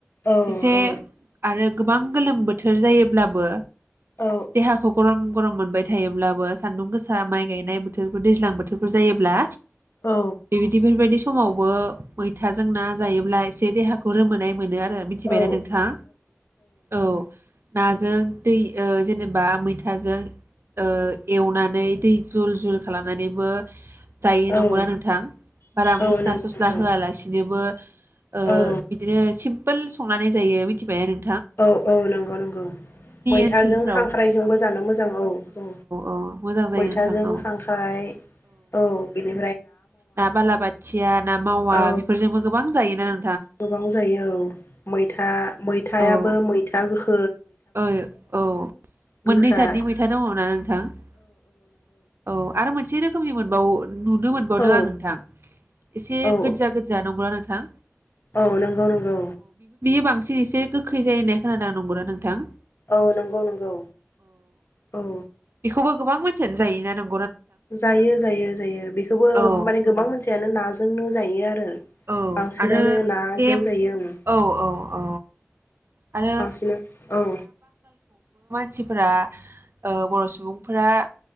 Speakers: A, on the left (about 55°); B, on the right (about 55°).
A: औ
B: एसे
A: औ
B: आरो गोबां गोलोम बोथोर जायोब्लाबो
A: औ
B: देहाखौ गरम गरम मोनबाय थायोब्लाबो सान्दुं गोसा माइ गायनाय बोथोरफोर दैज्लां बोथोरफोर जायोब्ला
A: औ
B: बेबायदि फोरबायदिसो समावबो मैथाजों ना जायोब्ला एसे देहाखौ रोमोनाय मोनो आ रो मिथिबायना
A: औ
B: नोंथां? औ नाजों दै ओ जेनेबा मैथाजों ओ एवनानै दै जुल जुल खालामनानैबो जायो नंगौना
A: औ
B: नोंथां बारा मस्ला
A: औ नंगौ
B: सस्ला
A: नंगौ
B: होआलासिनोबो ओ
A: औ
B: बिदिनो सिम फोल संनानै जायो मि मिथिबायानो
A: औ औ नंगौ नंगौ मैथाजों
B: ओनसोलफ्राव
A: खांख्रायजोंबो जानो मोजां औ औ
B: औ मोजां जायो
A: मैथाजों
B: नोंथां औ
A: खांख्राय औ बिनि
B: ना बालाबाथिया ना मावा
A: औ
B: बेफोरजोंबो गोबां जायोना नों
A: गोबां औ जायो मैथा मैथायाबो
B: औ
A: मैथा गोख
B: औ
A: गोखा
B: मोननै जादनि मैथा दङ ना नोंथां औ आरो मोनसे रोखोमनि मोनबावो नुनो मोनबावदों
A: औ
B: आं नोंथां एसे
A: औ
B: गोजा गोजा नंगौना नोंथां? थां
A: औ नोंगौ नोंगौ
B: बांसिन एसे गोखै जायो होननाय खोनादों नोंगौना नों थां?
A: औ नोंगौ नोंगौ औ
B: बेखौबो गोबां मानसियानो जायोना नों
A: जायो जायो जायो बेखौबो
B: औ
A: माने गोबां मानसियानो नाजोंनो जायो आरो
B: औ
A: बांसिनानो
B: आरो
A: नाजों
B: बे
A: जायो आं
B: औ औ औ आरो
A: बांसिन औ
B: सिफोरा बर' सुबुंफोरा